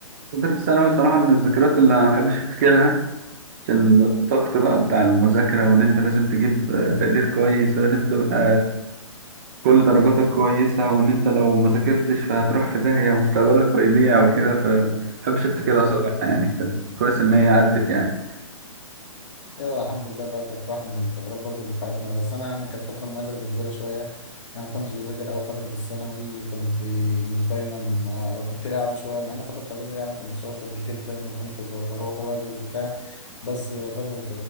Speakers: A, on the right (about 30°); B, on the left (about 60°).
A: فترة ثانوي صراحة من الذكريات اللي ما بحبش أفتكرها عشان الضغط بقى بتاع المذاكرة وإن أنت لازم تجيب آه، تقدير كويس ولازم تبقى كل درجاتك كويسة وإن أنت لو ما ذاكرتش فهتروح في داهية ومستقبلك هيضيع وكده فمحبش أفتكرها
B: <laughs>
A: صراحة يعني كان كويس إن هي عدت يعني
B: يلا الحمد لله بقى كانت واحدة من الفترات برضو اللي في حياتنا بس أنا يعني كانت فترة مميزة بالنسبة لي شوية أنا ما كنتش بذاكر أوي فترة الثانوي كنت مش دايما آه، كنت لعب شوية مع إن فترة الإعدادي يعني كنت شاطر جدا وكنت ب- بروح وأجي وبتاع بس فترة